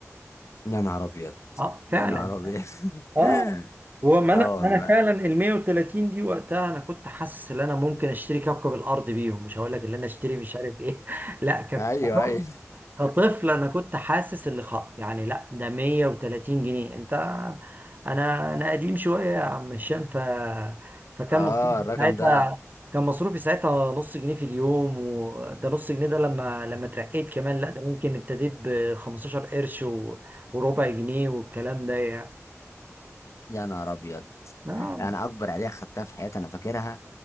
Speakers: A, on the left; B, on the right.
A: <laughs> يا نهار ابيض
B: اه فعلا
A: يا نهار ابيض
B: اه
A: <laughs>
B: هو ما
A: اه
B: انا
A: والله
B: انا فعلا ال 130 دي وقتها انا كنت حاسس ان انا ممكن اشتري كوكب الارض بيهم مش هقول لك ان انا اشتري مش عارف ايه <laughs> لا كانت
A: ايوه ايوه
B: كطفل انا كنت حاسس اللي خ... يعني لا ده 130 جنيه انت انا انا قديم شويه يا عم هشام ف فكان
A: اه
B: مصروفي
A: الرقم
B: ساعتها
A: ده
B: كان مصروفي ساعتها نص جنيه في اليوم وده نص جنيه ده لما لما اترقيت كمان لا ده ممكن ابتديت ب 15 قرش و... وربع جنيه والكلام ده يعني
A: يا نهار ابيض
B: اه
A: انا اكبر عيدية خدتها في حياتي انا فاكرها